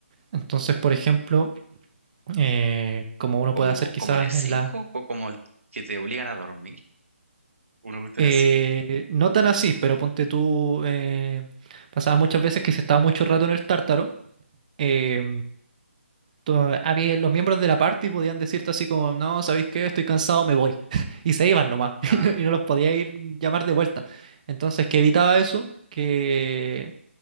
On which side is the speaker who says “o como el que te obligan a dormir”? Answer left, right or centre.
Right